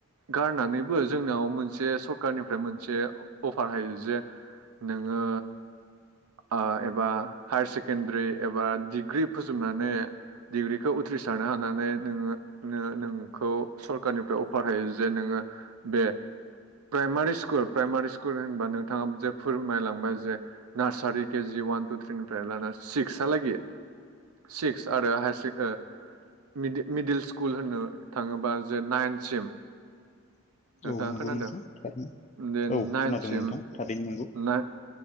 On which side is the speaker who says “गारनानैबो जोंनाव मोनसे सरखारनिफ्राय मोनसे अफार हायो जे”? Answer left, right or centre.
Right